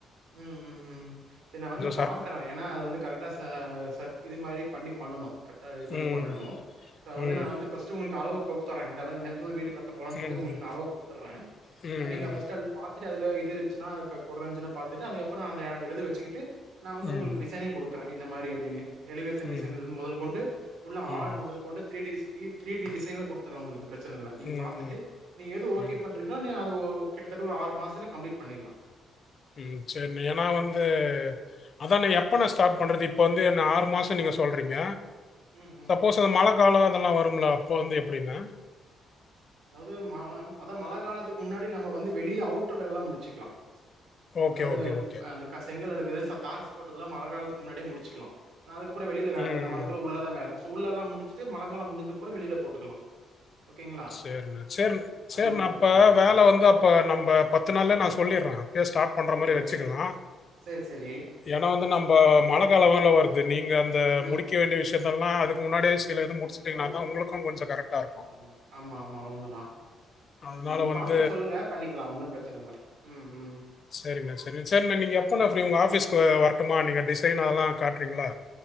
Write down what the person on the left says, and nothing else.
சர்ப்
ம்.
ம்.
ம்.
ம்.
ம்.
ம்.
ம்.
ம்.
ம்.
ம் சேரிண்ணே ஏன்னா வந்து அதாண்ணா எப்பண்ணா ஸ்டார்ட் பண்றது இப்ப வந்து இன்ன ஆறு மாசோ நீங்க சொல்றீங்க
சப்போஸ் அந்த மழ காலோ அதெல்லா வரும்ல அப்போ வந்து எப்டிண்ணே
ஓகே,
ஓகே,
ஓகே.
ம்.
சேரிண்ணே சேரிண் சேரிண்ணே
அப்ப
வேல வந்து அப்ப நம்ப பத்து நாள்ல நா சொல்லிறே அப்பயே ஸ்டார்ட் பண்ற
மாரி வச்சுக்கலா
ஏன்னா வந்து நம்ப மழ காலோ வேற வருது நீங்க அந்த
முடிக்க வேண்டிய விஷ் யத்தெல்லா அதுக்கு முன்னாடியே சில இது முடிச்சிட்டீங்னாத்தா உங்குளுக்கு கொஞ்ச கரக்டா இருக்கு
அதனால
வந்து
சேரிங்ணே செரி சேரிண்ணே நீங்க எப்பண்ணா ஃப்ரீ உங்க ஆஃபீஸ்க்கு வரட்டுமா நீங்க டிசைன் அதெல்லா காட்றீங்களா